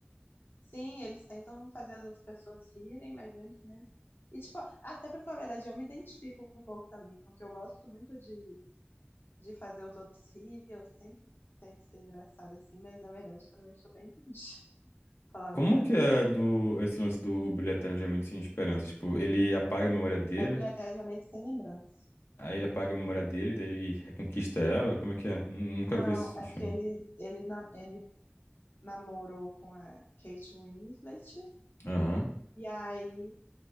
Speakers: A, on the left (about 60°); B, on the left (about 85°).
A: Sim, eles tentam fazer as outras pessoas rirem, mas eles mesmo. E, tipo, até pra falar a verdade, eu me identifico um pouco também, porque eu gosto muito de, de fazer os outros rir, eu sempre tento ser engraçada assim, mas na verdade também eu sou bem triste, <laughs> pra falar a
B: Como
A: verdade.
B: que é do, esse lance do Brilho Eterno de Uma Mente Sem Esperança? Tipo, ele apaga a memória dele
A: É obrigatoriamente sem lembrança.
B: Aí ele apaga a memória dele, daí ele reconquista ela. Como é que é? Nun- Nunca
A: Não,
B: vi esse
A: é
B: filme.
A: que ele, ele, na- ele namorou com a Kate Winslet,
B: Aham.
A: e aí